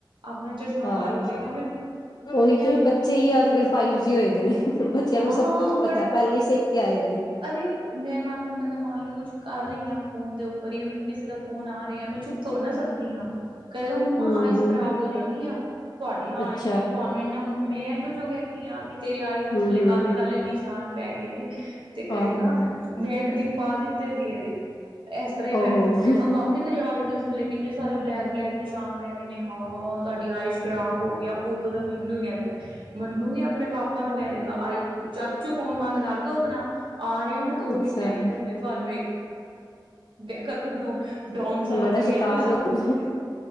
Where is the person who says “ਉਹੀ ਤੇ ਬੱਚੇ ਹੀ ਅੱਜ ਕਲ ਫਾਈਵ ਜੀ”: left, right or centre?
Left